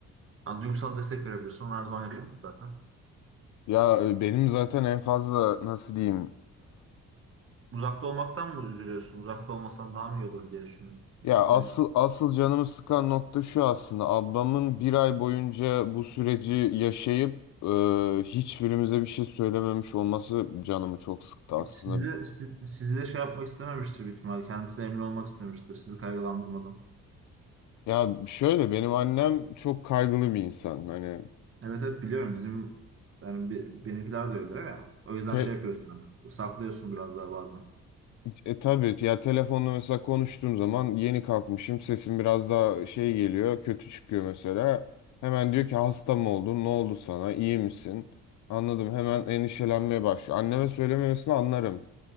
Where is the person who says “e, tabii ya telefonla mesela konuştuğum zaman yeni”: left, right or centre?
Left